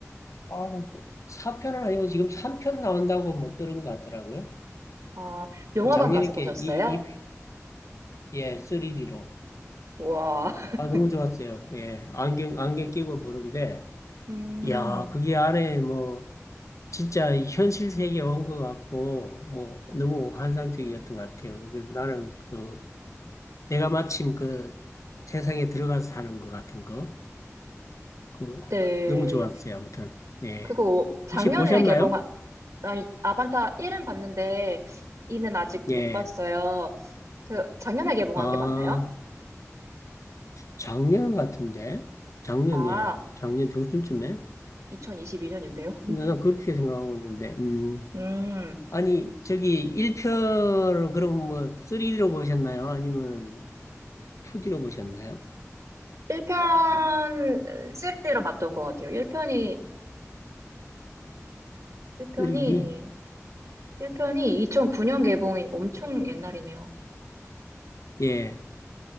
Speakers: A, on the left; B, on the right.
A: 아, 4편은 아니고 지금 3편 나온다고 뭐 들은 것 같더라고요.
B: 아, 영화관
A: 작년에
B: 가서 보셨어요?
A: 게 이, 이, 예, 3D로.
B: 와.
A: 아,
B: <laughs>
A: 너무 좋았어요. 예, 안경, 안경 끼고 보는데,
B: 음,
A: 야, 그게 안에 뭐, 진짜 현실 세계에 온 것 같고, 뭐, 너무 환상적이었던 것 같아요. 그래서 나는 그, 내가 마침 그 세상에 들어가서 사는 것 같은 거, 그,
B: 네.
A: 너무 좋았어요. 아무튼, 예.
B: 그거 작년에
A: 혹시 보셨나요?
B: 개봉한, 아니, 아반타 1은 봤는데 2는 아직
A: 예.
B: 못 봤어요. 그 작년에 개봉한
A: 아,
B: 게 맞나요?
A: 작년 같은데? 작년,
B: 아,
A: 예. 작년 중순쯤에?
B: 2022년인데요.
A: 난 그렇게 생각하고 있는데, 음.
B: 음,
A: 아니, 저기, 1편을 그럼 뭐, 3D로 보셨나요? 아니면 2D로 보셨나요?
B: 1편 3즈로 봤던 것 같아요. 1편이, 1편이
A: 3D?
B: 1편이 2009년 개봉이 엄청 옛날이네요.
A: 예.